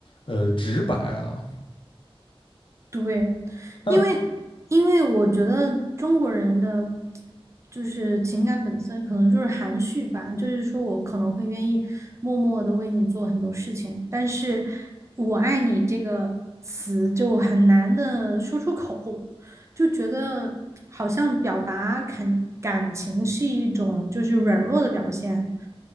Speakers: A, on the left (about 55°); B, on the right (about 30°).
A: 呃直白啊。
B: 对，
A: 那
B: 因为因为我觉得中国人的就是情感本身可能就是含蓄吧，就是说我可能会愿意默默的为你做很多事情，但是我爱你这个词就很难的说出口。就觉得好像表达肯感情是一种就是软弱的表现，